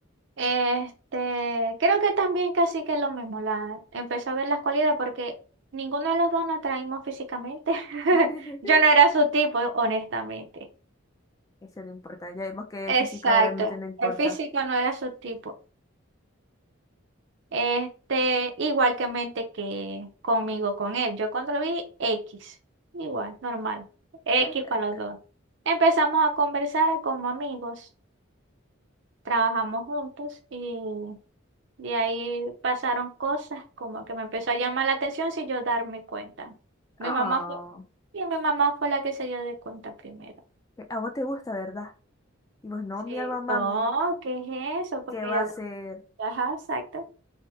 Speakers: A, on the right; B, on the left.
A: Este, creo que también casi que lo mismo, la empecé a ver las cualidades porque ninguno de los dos nos atraímos físicamente. <laughs>
B: <laughs>
A: Yo no era su tipo, honestamente.
B: Eso no importa. Ya vemos que
A: Exacto,
B: el físico realmente no importa.
A: el físico no era su tipo. Este, igual que mente que conmigo, con él. Yo cuando lo vi, X, igual, normal. X
B: Es-
A: para los dos. Empezamos a conversar como amigos, trabajamos juntos y De ahí pasaron cosas como que me empezó a llamar la atención sin yo darme cuenta. Mi
B: oh,
A: mamá fue, y mi mamá fue la que se dio de cuenta primero.
B: que a vos te gusta, ¿verdad? Y vos no,
A: Sí.
B: mi alma mami,
A: No, ¿qué es eso? Porque
B: ¿qué va
A: ella
B: a
A: habló.
B: ser?
A: Ajá, exacto.